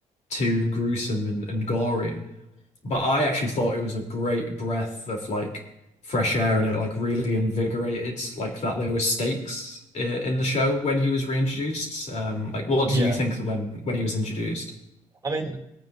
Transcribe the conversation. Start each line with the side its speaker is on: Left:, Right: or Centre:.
Left: too gruesome and, and gory. But I actually thought it was a great breath of like fresh air and it like really invigorated like that there were stakes i- in the show when he was reintroduced. Um, like what
Right: Yeah,
Left: did you think when when he was introduced?
Right: I mean